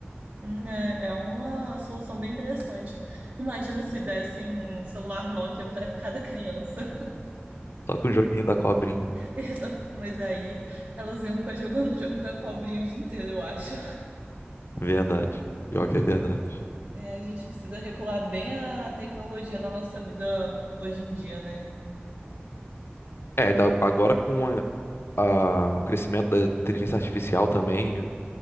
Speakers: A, on the right; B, on the left.
A: Hum, É é uma solução bem interessante. Imagina se dessem um celular Nokia para cada criança.
B: Só com o joguinho da cobrinha.
A: Exato, mas aí elas iam ficar jogando o jogo da cobrinha o dia inteiro, eu acho.
B: Verdade. Pior que é verdade.
A: É, a gente precisa regular bem a tecnologia na nossa vida hoje em dia, né?
B: É, ainda agora com a- a- o crescimento da inteligência artificial também,